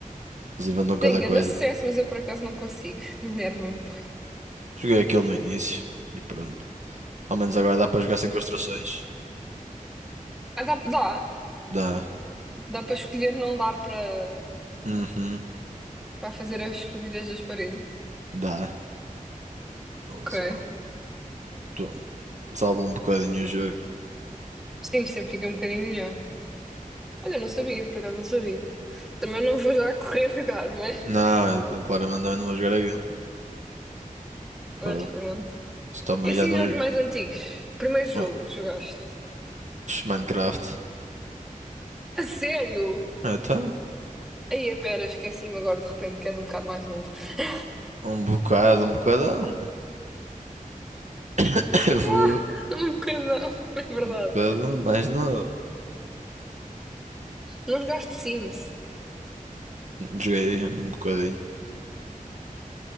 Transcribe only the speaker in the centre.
Tenho grande
sucesso, mas eu por acaso não consigo. <laughs> Enerva-me. bué.
Ah, dá, dá,
dá para escolher não dar para
para fazer as estupidez das paredes.
Ok.
Sim, sempre fica um bocadinho melhor. Olha, eu não sabia, por acaso não sabia. Também não vou já correr jogar, mas,
mas
pronto.
E assim,
jogos mais antigos. Primeiro jogo
que jogaste.
A sério?
Aí, a pera, esqueci-me agora de repente que és um bocado mais novo. <laughs>
Ya,
um bocadão, <laughs> é verdade.
Não jogaste Sims?